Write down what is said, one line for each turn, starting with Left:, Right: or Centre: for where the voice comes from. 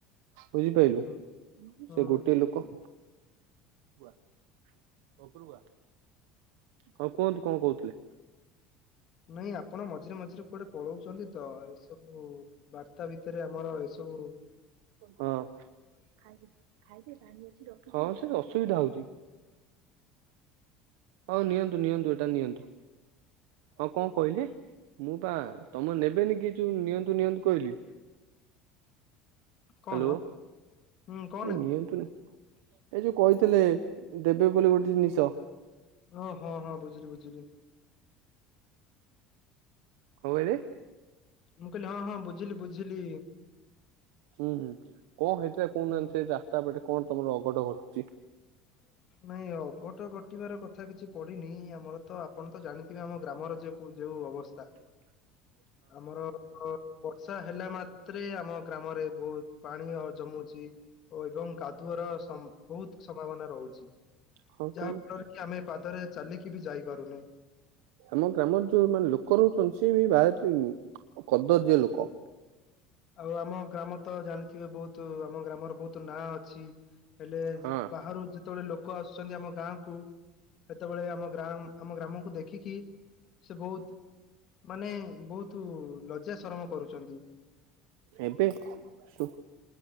Right: ବୁଝିପାଇଲୁ
Left: ହୁଁ ହୁଁ ହୁଁ
Right: ସେ ଗୋଟିଏ ଲୋକ ଅପୁରୁକୁ ଆ ହଁ କୁହନ୍ତୁ କଣ କହୁଥିଲେ।
Left: ନାଇଁ ଆପଣ ମଝିରେ ମଝିରେ କୁଆଡେ ପଳଉଛନ୍ତି ତ ସବୁ ବାରତା ଭିତରେ ଆମର ସବୁ
Right: ହଁ ହଁ ସେ ଅସୁବିଧା ହଉଛି। ହଁ ନିଅନ୍ତୁ ନିଅନ୍ତୁ ଅଟା ନିଅନ୍ତୁ। ହଁ କଣ କହିଲେ? ମୁଁ ପା ତମ ନେବେନି କି ଯୋଉ ନିଅନ୍ତୁ ନିଅନ୍ତୁ କହିଲି।
Left: କଣ?
Right: ହ୍ୟାଲୋ
Left: ହୁଁ କଣ
Right: ଏ
Left: ନେବି
Right: ନିଅନ୍ତୁନି ଏ ଯୋଉ କହିଥିଲେ ଦେବେ ବୋଲି ଗୋଟେ ଜିନିଷ।
Left: ଓ ହଁ ହଁ ବୁଝିଲି ବୁଝିଲି।
Right: କଅଁ କହିଲେ?
Left: ମୁଁ କହିଲି ହଁ ହଁ ବୁଝିଲି ବୁଝିଲି।
Right: ହୁଁ ହୁଁ କଣ ହେଇଥିଲା କହୁନାହାନ୍ତି
Left: ହୁଁ
Right: ସେଇ ରାସ୍ତା ପଟେ କଅଁ ତମର ଅଘଟ ଘଟୁଛି।
Left: ନାଇଁ ଅଘଟ କଟିବାର କଥା କିଛି ପଡିନି ଆମର ତ ଆପଣ ତ ଜାଣିଥିବେ ଆମ ଗ୍ରାମର ଯେ ପୁର ଯେଉ ଅବସ୍ତା।
Right: ଚୁଭ୍
Left: ଆମର ଅ-ଅ ବର୍ଷା ହେଲା ମାତ୍ରେ, ଆମ ଗ୍ରାମରେ ବହୁତ ପାଣି ଓ ଜମୁଛି ଓ ଏବଂ କାଦୁଅର ସମ୍ ବହୁତ ସମ୍ଭାବନା ରହୁଛି।
Right: ହଁ କହିବି
Left: ଯାହା ଫଳରେ କି ଆମେ ପାଦରେ ଚାଲିକି ବି ଯାଇପାରୁନି।
Right: ଆମ ଗ୍ରାମର ଯୋଉ ମାନେ ଲୋକ ରହୁଛନ୍ତି, ସେଇବି ଭାଆରିଁ କଦର୍ଯ୍ୟ ଲୋକ।
Left: ଆଉ ଆମ ଗ୍ରାମ ତ ଜାଣିଥିବେ! ବହୁତ ଆମ ଗ୍ରାମର ବହୁତ ନାଁ ଅଛି। ହେଲେ,
Right: ହଁ।
Left: ବାହାରୁ ଯେତେବେଳେ ଲୋକ ଆସୁ ଆସଛନ୍ତି ଆମ ଗାଁ କୁ ହେତେବେଳେ ଆମ ଗ୍ରା! ଆମ ଗ୍ରାମକୁ ଦେଖିକି ସେ ବହୁତ ମାନେ, ବହୁତୁ ଲଜ୍ୟା ଶରମ କରୁଚନ୍ତି।
Right: ଏବେ ଶୁ